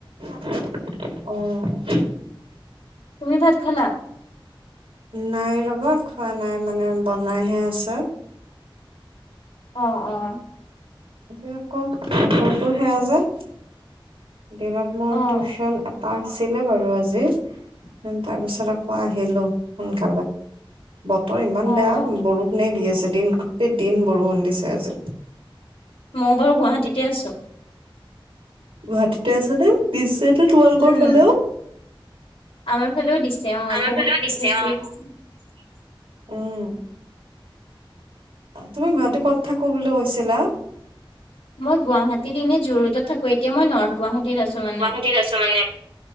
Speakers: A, on the right; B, on the left.
A: অ'
B: তুমি ভাত খালা।
A: নাই ৰ'বা খোৱা নাই মানে বনাইহে আছে।
B: অ, অ।
A: আজি আকৌ বতৰটো সেয়া যে। দিনত মোৰ
B: অ',
A: টিউচন টা আছিলে বাৰু আজি, তাৰপিছত আকৌ আহিলো সোনকালে। বতৰ ইমান
B: অ',
A: বেয়া,
B: অ',
A: বৰষুণে দি আছে। দিন গোটেই দিন বৰষুণ দিছে আজি।
B: মই বাৰু গুৱাহাটীতে আছোঁ।
A: গুৱাহাটীতে আছা নে পিছে? তোমালোকৰ
B: উম,
A: ফালেও,
B: আমাৰ ফালেও দিছে অ',
A: আমাৰ
B: বহুত
A: ফালেও দিছে
B: বেছিয়ে
A: অ'
B: দিছে।
A: উম' তুমি
B: উম,
A: গুৱাহাটী ক'ত থাকো বুলি কৈছিলা। কৈছিলা
B: মই গুৱাহাটীত ইনে জোৰোডত থাকো, এতিয়া মই নৰ্থ গুৱাহাটীত আছো। মানে।
A: গুৱাহাটীত আছোঁ মানে।